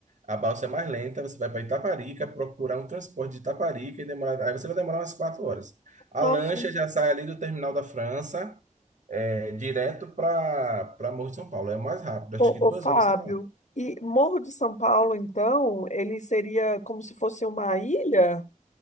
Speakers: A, on the right; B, on the left.
A: a balsa é mais lenta, você vai para Itaparica, procurar um transporte de Itaparica e demorar, aí você vai demorar umas quatro horas. A
B: Nossa.
A: lancha já sai ali do terminal da França, é, direto para para Morro de São Paulo, é o mais rápido, acho
B: Ô,
A: que duas
B: ô, Fábio,
A: horas você está lá.
B: e Morro de São Paulo, então, ele seria como se fosse uma ilha?